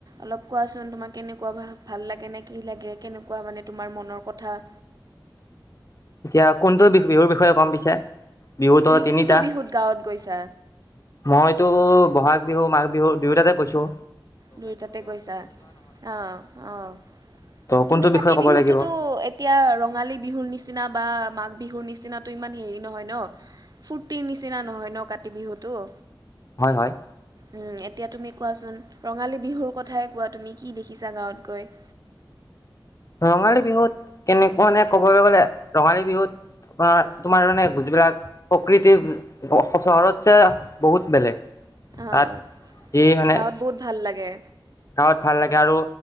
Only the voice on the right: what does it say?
অলপ কোৱাচোন তোমাক কেনেকুৱা ভ ভাল লাগে নে কি লাগে কেনেকুৱা মানে তোমাৰ মনৰ কথা-
তুমি
কোনটো বিহুত গাঁৱত গৈছা
দুয়োটাতে গৈছা অঁ, অঁ
কিন্তু
কাতি
বিহুটোতো
এতিয়া ৰঙালী বিহুৰ নিচিনা বা মাঘ বিহুৰ নিচিনাটো ইমান হেৰি নহয় ন ফূৰ্তিৰ নিচিনা নহয় ন কাতি বিহুটো-'
উম এতিয়া তুমি কোৱাচোন ৰঙালী বিহুৰ কথাই কোৱা তুমি কি দেখিছা গাঁৱত গৈ
অঁ
গাঁৱত বহুত ভাল লাগে। লাগে